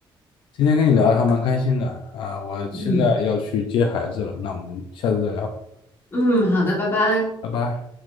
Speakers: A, on the left; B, on the left.
A: 今天跟你聊的还蛮开心的啊，我现在要去接孩子了，
B: 嗯
A: 那我们下次再聊，
B: 嗯，好的，拜拜。
A: 拜拜。